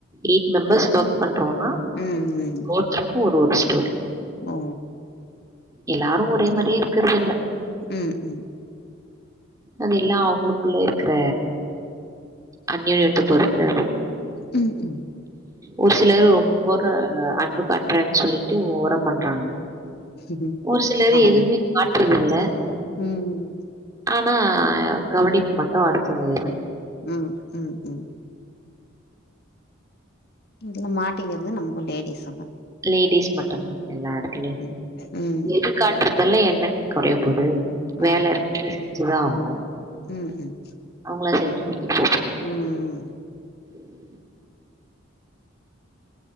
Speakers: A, on the right; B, on the left.
A: எயிட் மெம்பர்ஸ் ஒர்க் பண்றோனா
B: ம் ம்
A: ஒருத்தருக்கு ஒரு ஒரு ஸ்டோரி
B: ஓ
A: எல்லாரு ஒரே மாரியே இருக்கறது இல்ல
B: ம் ம்
A: அது எல்லா அவுங்களுக்குள்ள இருக்கற அந்நியோனியத்த பொறுத்தது
B: உம் உம்
A: ஒரு சிலர் ரொம்போ ர அன்பு காட்டுறேன்னு சொல்லிட்டு ஓவரா பண்றாங்க
B: ம்
A: ஒரு சிலர்
B: ஆமா
A: எதுவுமே காட்றதில்ல
B: ம்
A: ஆனா கவுனிப்பு மட்டு அடுத்தது
B: ம் ம் ம் இதுல மாட்டக்கிறது நம்ம லேடிஸ்ங்க
A: லேடிஸ் மட்டுதா எல்லா எடத்துலயு
B: ம் ம்
A: எதிர் காட்டுறதெல்லா என்னங்க கொறைய போது வேல
B: அதான்
A: இருக்குது செஞ்சுதா ஆகணு
B: ம் ம்
A: அவுங்களா செஞ்சி குடுத்துட்டு போ போறங்
B: ம் ம் ம்
A: உம்